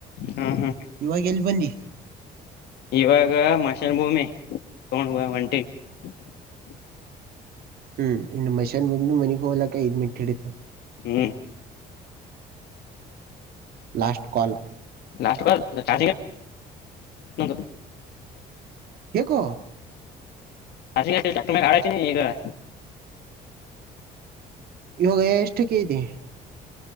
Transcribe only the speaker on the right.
ಇವಾಗ ಎಲ್ಲಿ ಬಂದಿ.
ಹ್ಮ್ ಇನ್ನು ಮಶ್ಯಾನ್ ಬಗ್ ಮನೆಗ್ ಹೋಗಲಕ್ಕ ಇದ್ ಮಿಟ್ಟ ಹಿಡಿತತೆ.
ಲಾಸ್ಟ್ ಕಾಲ್
ಯಕೋ
ಇವಾಗ ಎಷ್ಟಕ್ಕಿ <inaudible>